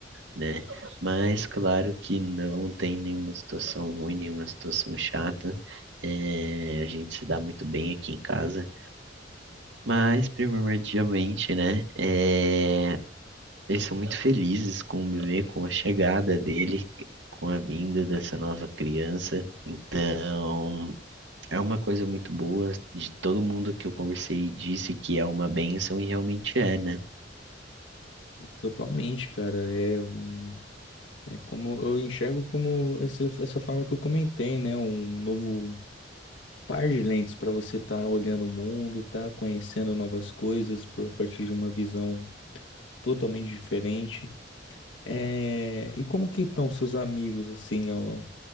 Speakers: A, on the right (about 75°); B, on the left (about 85°).
A: né? Mas claro que não tem nenhuma situação ruim, nenhuma situação chata. É, a gente se dá muito bem aqui em casa. Mas, primordialmente, né? é, eles são muito felizes com o bebê, com a chegada dele, com a vinda dessa nova criança. Então, é uma coisa muito boa. De todo mundo que eu conversei disse que é uma bênção e realmente é, né?
B: Totalmente, cara. É, um- é como eu enxergo como esse, essa forma que eu comentei, né? Um novo par de lentes para você estar olhando o mundo, tá conhecendo novas coisas por, a partir de uma visão totalmente diferente. É, e como que estão seus amigos assim, ó?